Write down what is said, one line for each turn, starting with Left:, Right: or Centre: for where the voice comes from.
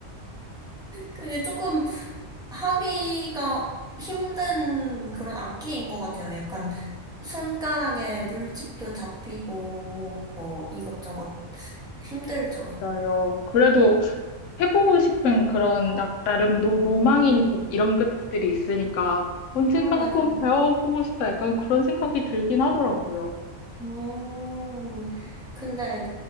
Centre: 그게 조금 하기가 힘든 그런 악기인 것 같아요. 약간 손가락에 물집도 잡히고 뭐 이것저것 힘들죠.
Left: 욕먹었어요. 그래도
Centre: 네.
Left: 해보고 싶은 그런 약- 나름 노, 로망인 곡 이런 것들이 있으니까 언젠간
Centre: 음, 맞아요.
Left: 한번 배워보고 싶다 약간 그런 생각이 들긴 하더라고요.
Centre: 음, 근데